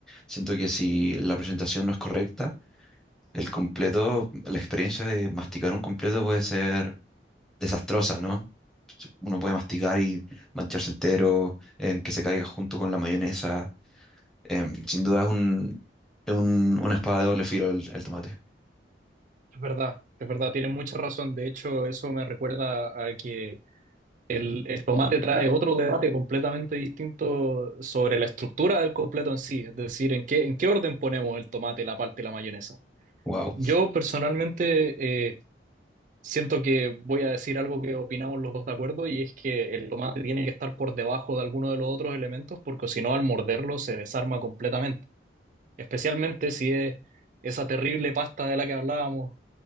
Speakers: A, in the centre; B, on the right.
A: siento que si la presentación no es correcta, el completo, la experiencia de masticar un completo puede ser desastrosa, ¿no? Uno puede masticar y mancharse entero, em, que se caiga junto con la mayonesa. Em, sin duda es un, es un- una espada de doble filo el, el tomate.
B: Es verdad, es verdad, tienes mucha razón. De hecho, eso me recuerda a que el, el tomate trae otro debate completamente distinto sobre la estructura del completo en sí. Es decir, en qué, en qué orden ponemos el tomate, la parte y la mayonesa.
A: Wow.
B: Yo personalmente... eh, Siento que voy a decir algo que opinamos los dos de acuerdo y es que el tomate tiene que estar por debajo de alguno de los otros elementos porque si no al morderlo se desarma completamente, especialmente si es esa terrible pasta de la que hablábamos,